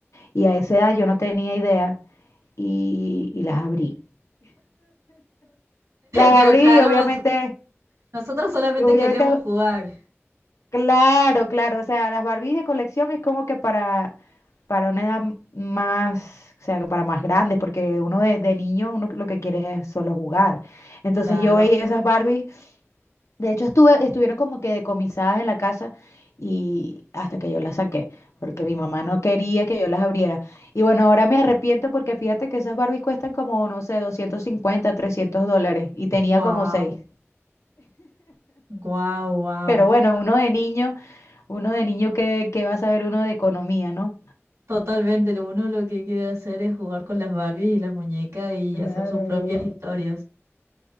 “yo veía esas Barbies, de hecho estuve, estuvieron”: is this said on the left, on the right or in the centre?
Left